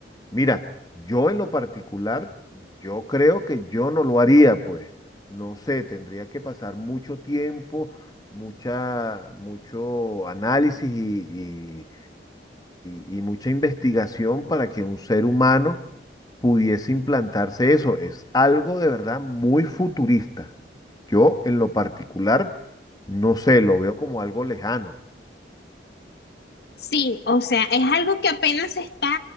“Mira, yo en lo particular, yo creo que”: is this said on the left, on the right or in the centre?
Left